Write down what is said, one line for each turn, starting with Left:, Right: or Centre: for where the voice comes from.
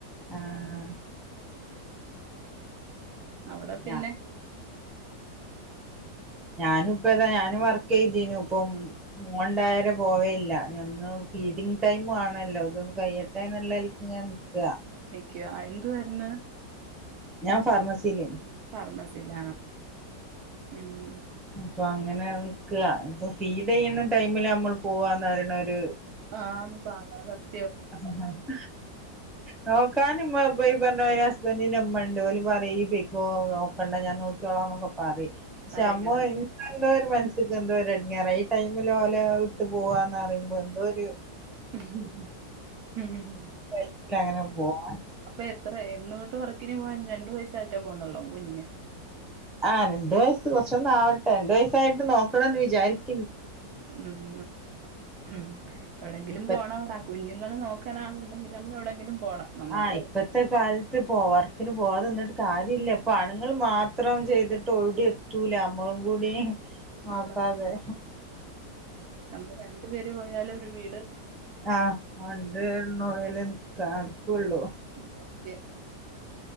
Centre: ആഹ്
Right: അവടെ പിന്നെ
Centre: ഞാ ഞാനും ഇപ്പതാ ഞാനും വർക്ക് ചെയ്തിനു ഇപ്പം മോന്ണ്ടായാരെ പോവേല്ല ഒന്ന് ഫീഡിങ്ങ് ടൈം ആണല്ലോ അതൊന്ന് കയ്യട്ടെ എന്നുള്ള ങ്ങനെ ന്ക്ക
Right: നിക്കിയ ആ എന്തുവാര്ന്ന്
Centre: ഞാൻ ഫാർമസീല്.
Right: ഫാർമസിയില ഉം
Centre: അപ്പൊ അങ്ങനെ നിക്ക ഇപ്പൊ ഫീഡ് ചെയ്യുന്ന ടൈമില് നമ്മൾ പോവാന്നറിണെ ഒര്
Right: ആഹ് <unintelligible>
Centre: <unintelligible> നോക്കാനും ഈ പറഞ്ഞമാതിരി ഹസ്ബന്റി ന്റെ ഇമ്മണ്ട് ഓല് പറയും ഇയ് പൊയ്ക്കോ നോക്കണ്ട ഞാൻ നോക്കിയോള എന്നൊക്ക പറിമ് പക്ഷെ
Right: പറയണ്
Centre: അമ്മോ എന്തോ ഒരു മനസ്ക്ക് എന്തോ ഒരു എടങ്ങേറ ഈ ടൈമില് ഓലെ ഇട്ട് പോവാന്ന് പറിമ്പോ എന്തോ ഒര്
Right: ഉ <unintelligible>
Centre: കയ്യൂല അങ്ങനെ പോവാൻ
Right: അപ്പൊ എത്ര എന്നോട്ട് വർക്കിന് പോവാൻ രണ്ടു വയസായിട്ടേ പോകുന്നുള്ളോ കുഞ്ഞിന്
Centre: ആ രണ്ട് വയസ്സ് കൊറച്ചൊന്ന് ആവട്ടെ രണ്ടു വയസ്സായിട്ട് നോക്കണ എന്ന് വിചാരിക്ക
Right: ഉം ഉ എവിടെങ്കിലും
Centre: ഇപ്പ
Right: പോണവിട കുഞ്ഞുങ്ങൾ നോക്കാനാകുണ്ടെങ്കിൽ നമ്മൾ എവിടെയെങ്കിലും പോണം നമുക്ക്
Centre: ആ ഇപ്പത്തെ കാലത്ത് പോ വർക്കിന് പോവാതിന്നിട്ട് കാര്യല്ലാ ഇപ്പ ആണുങ്ങള് മാത്രം ചെയ്തിട്ട് ഓടിയെത്തൂല നമ്മളും കൂടി നോക്കാതെ
Right: ആന്ന് ആന്ന് നമ്മള് രണ്ട് പേര് പോയാല ഒര് വീട്
Centre: ആഹ് രണ്ട് പേരും പോയാലേ നടക്കൊള്ളൂ
Right: സത്യം